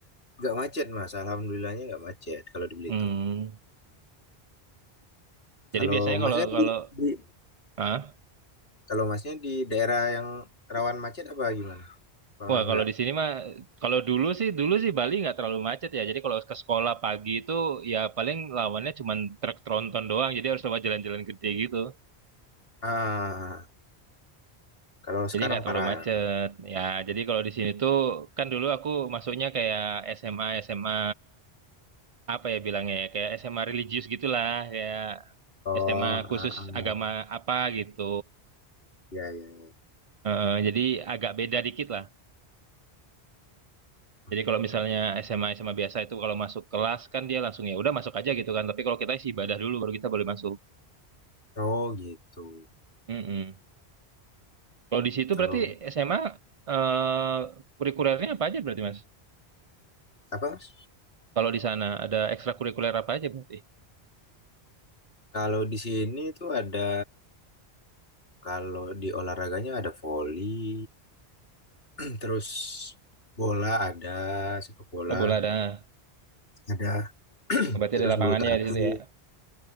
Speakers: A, on the left; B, on the right.
A: Nggak macet, Mas. Alhamdulillahnya nggak macet kalau di Belitung.
B: Hmm. Jadi
A: Kalau
B: biasanya
A: Masnya
B: kalau kalau
A: di, di-
B: ah,
A: kalau Masnya di daerah yang rawan macet apa gimana? Apa
B: wah
A: enggak?
B: kalau di sini mah kalau dulu sih dulu sih Bali nggak terlalu macet ya. Jadi kalau ke sekolah pagi itu ya paling lawannya cuma truk tronton doang. Jadi harus lewat jalan-jalan gede gitu.
A: Ah, kalau
B: Jadi
A: sekarang
B: nggak terlalu
A: parah
B: macet.
A: ya.
B: Ya jadi kalau di sini tuh kan dulu aku masuknya kayak SMA SMA apa ya bilangnya ya, kayak SMA religius gitulah kayak
A: Oh,
B: SMA khusus
A: ah, ah,
B: agama apa gitu.
A: ya, ya, ya.
B: Eh, jadi agak beda dikit lah.
A: Hmm.
B: Jadi kalau misalnya SMA SMA biasa itu kalau masuk kelas kan dia langsung ya udah masuk aja gitu kan. Tapi kalau kita isi ibadah dulu baru kita boleh masuk.
A: Oh, gitu.
B: Mm-mm. Kalau di situ
A: Kalau
B: berarti SMA eh, kurikulernya apa aja berarti Mas?
A: apa? Mas?
B: Kalau di sana ada ekstrakurikuler apa aja berarti?
A: Kalau di sini tuh ada, kalau di olahraganya ada voli, <clears throat> terus bola ada, sepak bola
B: Oh bola ada.
A: ada,
B: Oh, Berarti
A: terus
B: ada lapangannya
A: bulu tangkis.
B: di situ ya.